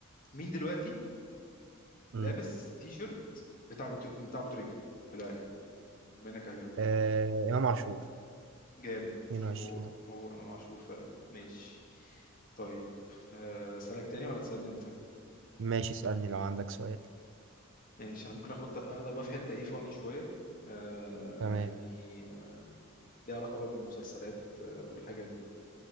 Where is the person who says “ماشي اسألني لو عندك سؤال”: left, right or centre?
Right